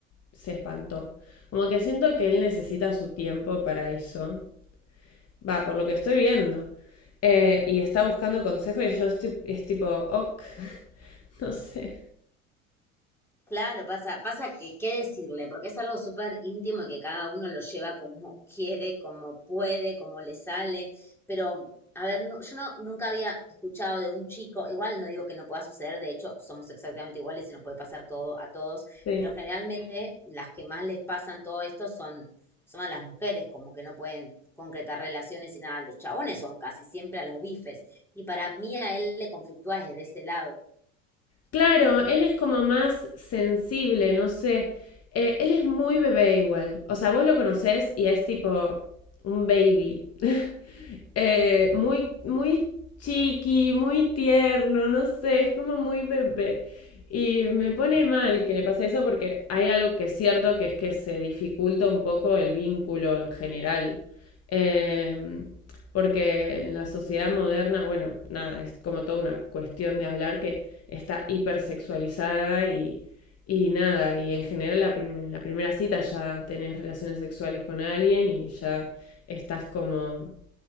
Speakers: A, on the left; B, in the centre.
A: se espantó. Como que siento que él necesita su tiempo para eso. Va, por lo que estoy viendo. Eh, y está buscando consejos y yo estoy, es tipo, ok, <laughs> no sé.
B: Claro, pasa, pasa que qué decirle, porque es algo súper íntimo y que cada uno lo lleva como quiere, como puede, como le sale. Pero, a ver, no- yo no, nunca había escuchado de un chico, igual no digo que no pueda suceder, de hecho, somos exactamente iguales y nos puede pasar todo a todos,
A: Sí.
B: pero generalmente las que más les pasan todo esto son, son a las mujeres, como que no pueden concretar relaciones y nada, los chabones son casi siempre a los bifes. Y para mí a él le conflictúa desde ese lado.
A: Claro, él es como más sensible, no sé. Eh, él es muy bebé igual. O sea, vos lo conocés y es tipo un baby. <laughs> Eh, muy, muy chiqui, muy tierno, no sé, es como muy bebé. Y me pone mal que le pase eso porque hay algo que es cierto que es que se dificulta un poco el vínculo en general. Eh, porque en la sociedad moderna, bueno, nada, es como toda una cuestión de hablar que está hipersexualizada y, y nada, y en general la prim- en la primera cita ya tenés relaciones sexuales con alguien y ya estás como